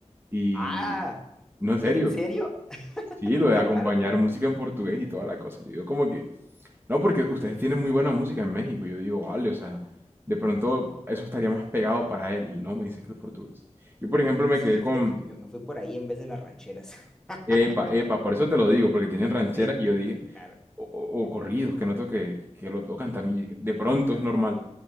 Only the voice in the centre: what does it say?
Ah,
¿en serio? <laughs>
Qué
raro, man.
Sí,
sí,
fíjate que me, me fui por ahí en vez de las rancheras. <laughs>
Sí,
claro,